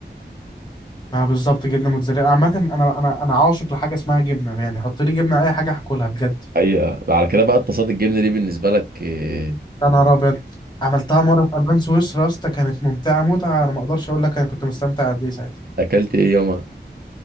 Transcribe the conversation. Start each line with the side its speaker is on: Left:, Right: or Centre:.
Left: اه بالظبط جبنه موتزاريلا عامه انا انا انا عاشق لحاجه اسمها جبنه يعني حط لي جبنه اي حاجه هاكلها بجد
Right: حقيقة على كده بقى اتصاد الجبنة دي بالنسبة لك إيه،
Left: يا نهار ابيض عملتها مره في البان سويسرا يا اسطى كانت ممتعه متعه انا ما اقدرش اقول لك انا كنت مستمتع قد ايه ساعتها
Right: أكلت إيه يومها؟